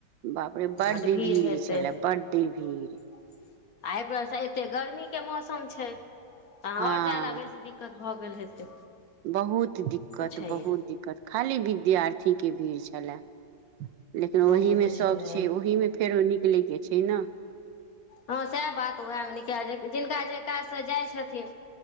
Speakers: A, on the right; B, on the left.
A: बाप रे बड्ड
B: ब्ड भीड़ हेतै
A: छले
B: आ
A: बड्ड भीड़
B: एहिपसँ एे गर्मीके मौसम छै तहन
A: हँ
B: आओर जााद बेसी दिक्कत। भऽ गेल हेतै
A: बहुत त दिक्कत
B: तऽ छैहे
A: बहुत दिक्कत खाली विद्यार्थी के भीड़ छै। खेल। <unintelligible> लेकिन
B: बहुत
A: ओहि में
B: छलै
A: सब छै ओहि में फेरो निकले के छै। खना। <unintelligible>
B: हँ सएह बात उएहमे निकाल -जिनका जे काजसँ जाइत छथिन